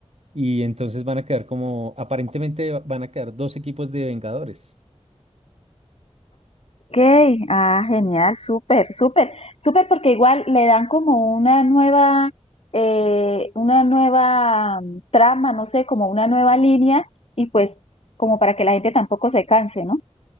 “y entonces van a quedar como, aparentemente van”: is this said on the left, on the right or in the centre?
Right